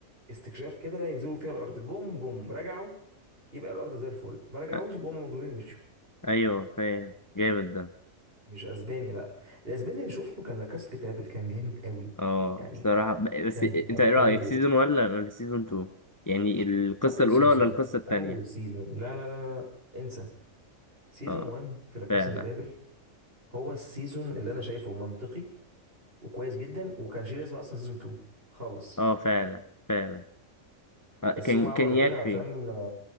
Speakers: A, on the right; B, on the left.
A: استكشاف كده ينزلوا فيها الارض جم جم رجعوا يبقى الارض زي الفل ما رجعوش
B: أ-
A: يبقى هم مجرمين ومشوا
B: ايوه فاهم جامد ده
A: مش اسباني لا الاسباني اللي شفته كان لاكاس دي بابل كان جامد قوي
B: اه
A: يعني
B: بصراحة ب- بس
A: كان
B: انت
A: كان
B: ايه
A: حلو
B: رأيك سيزون ولا ولا سيزون 2 يعني القصة
A: اول
B: الأولى
A: سيزون
B: ولا القصة التانية
A: اول سيزون لا لا لا, لا. انسى سيزون
B: اه
A: 1 في لاكاس
B: فعلا
A: دي بابل هو السيزون اللي انا شايفه منطقي وكويس جدا وكان شيء لازم اصلا سيزون 2 خالص
B: اه فعلا فعلا آه، كان
A: بس هم عملوا
B: كان يكفي
A: كده عشان